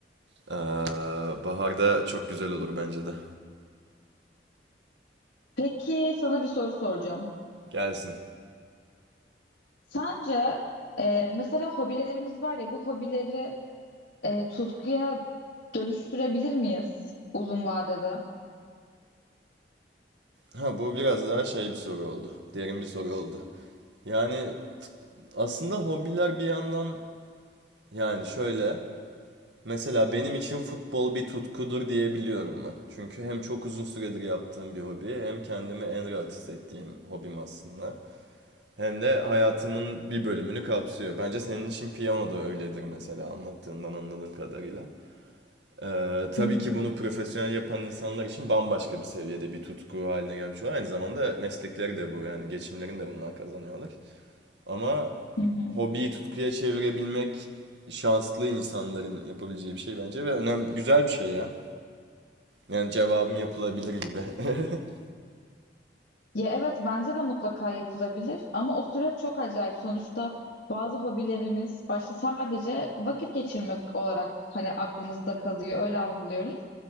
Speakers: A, on the right; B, on the left.
A: Aa, baharda çok güzel olur bence de.
B: Peki sana bir soru soracağım.
A: Gelsin.
B: Sence e, mesela hobilerimiz var ya bu hobileri e, tutkuya dönüştürebilir miyiz uzun vadede?
A: Ha bu biraz daha şey bir soru oldu. Derin bir soru oldu. Yani t- aslında hobiler bir yandan yani şöyle mesela benim için futbol bir tutkudur diyebiliyorum ben. Çünkü hem çok uzun süredir yaptığım bir hobi hem kendimi en rahat hissettiğim hobim aslında. Hem de hayatımın bir bölümünü kapsıyor. Bence senin için piyano da öyledir mesela anlattığından anladığım kadarıyla. Ee, tabii
B: Hı hı,
A: ki bunu profesyonel yapan insanlar için bambaşka bir seviyede bir tutku haline gelmiş oluyor. Aynı zamanda meslekleri de bu yani geçimlerini de bundan kazanıyorlar. Ama
B: hı hı.
A: hobiyi tutkuya çevirebilmek şanslı insanların yapabileceği bir şey bence ve önemli güzel bir şey ya. Yani cevabım yapılabilir gibi. <laughs>
B: Ya evet bence de mutlaka yapılabilir ama o süreç çok acayip. Sonuçta bazı hobilerimiz başta sadece vakit geçirmek olarak hani aklımızda kalıyor, öyle algılıyoruz.